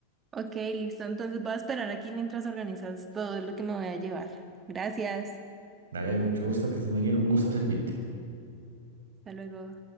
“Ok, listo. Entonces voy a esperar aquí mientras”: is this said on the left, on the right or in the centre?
Right